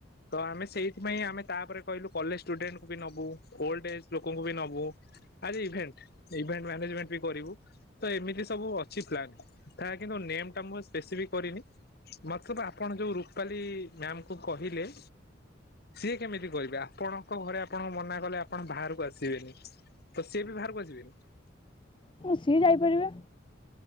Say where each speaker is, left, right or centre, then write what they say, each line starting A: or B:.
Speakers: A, on the left; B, on the left.
A: ତ ଆମେ ସେଇଥିପାଇଁ ଆମେ ତାପରେ କହିଲୁ କଲେଜ ଷ୍ଟୁଡେଣ୍ଟକୁ ବି ନ ଓ ଓଲଡ ଏଜ ଲୋକଙ୍କୁ ବି ନବୁ। ଆରେ ଇଭେଣ୍ଟ ଇଭେଣ୍ଟ ମ୍ୟାନେଜମେଣ୍ଟ ବି କରିବୁ ତ ଏମିତି ସବୁ ଅଛି ପ୍ଲନ୍ କିନ୍ତୁ ନେମ ଟା ମୁଁ ସ୍ପେସିଫିକ କରିନି ମଥୁବା ଆପଣ ଯୋଉ ରୁପାଲି ମାମ କୁ କହିଲେ ସିଏ କେମିତି କହିବେ ଆପଣଙ୍କ ଘରେ ଆପଣଙ୍କ ମନା କଲେ ଆପଣ ବାହାରକୁ ଆସିବେନି ତ ସିଏ ବି ବାହାରକୁ ଆସିବେନି
B: ହଁ ସିଏ ଯାଇପାରିବେ